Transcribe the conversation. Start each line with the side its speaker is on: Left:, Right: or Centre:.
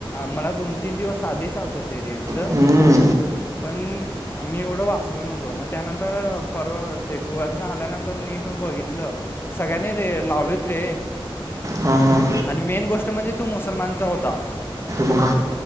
Left: मला दोन तीन दिवस आधीच आलत ते रिल्स
Right: हम्म,
Left: पण मी एवढं वाचलो नव्हतो मग त्यानंतर परवा ते गोव्यातन आल्यानंतर मी तो बघितलं सगळ्यांनी रे लावलेत रे
Right: हां हां.
Left: आणि मेन गोष्ट म्हणजे तो मुसलमानचा होता.
Right: वा